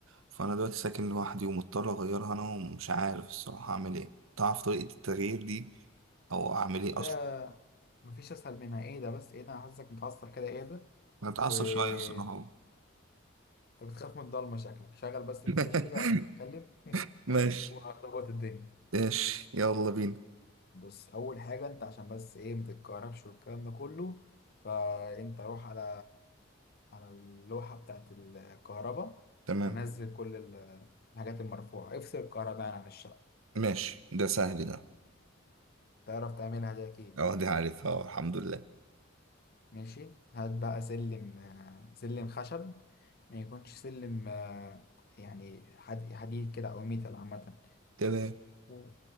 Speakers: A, on the right (about 80°); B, on the left (about 50°).
A: فانا دلوقتي ساكن لوحدي ومضطر اغيرها انا ومش عارف الصراحه اعمل ايه تعرف طريقه التغيير دي او اعمل ايه
B: ده
A: اصلا
B: مفيش اسهل منها ايه ده بس ايه ده انا حاسسك متعصب كده ايه ده
A: انا اتعصب
B: و انت
A: شويه الصراحه
B: بتخاف من الضلمه شكلك شغل بس
A: <laughs>
B: الفلاش كده واحنا بنتكلم <laughs>
A: ماشي
B: وهنظبط الدنيا
A: ماشي يلا بينا
B: بص اول حاجه انت عشان بس ايه ما تتكهربش والكلام ده كله فانت روح على على اللوحه بتاعت الكهرباء
A: تمام
B: ونزل كل ال- الحاجات المرفوعه افصل الكهرباء يعني عن الشقه
A: ماشي ده سهل ده
B: تعرف تعملها دي اكيد
A: اه دي عارفها آه، الحمد لله
B: ماشي هات بقى سلم آه، سلم خشب ما يكونش سلم آه، يعني حد- حديد كده او ميتال عامه
A: تمام
B: و-